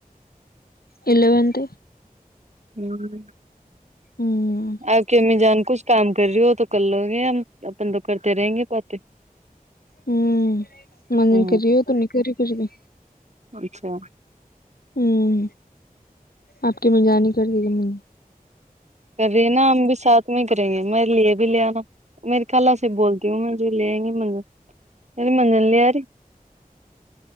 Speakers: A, on the left; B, on the right.
A: الیونت
B: ہ
A: ہ
B: آ کی میں جان کچ کام کر رہی ہو وہ تو کر لو گے ہم اپن تو کرتے رہیں گے پتے
A: ہوں منجن
B: ہاں
A: کری ہو تو نہیں کری کچھ بھی
B: اچھا
A: ہوں آپ کے میں جانی کر دی گ م
B: کر رہی نا ہم بھی ساتھ میں ہی کریں گے میں لیے بھی لے آناا میری کال سے بول کیوں گا جو لےیں گے منزن نی منزن لے آ رہی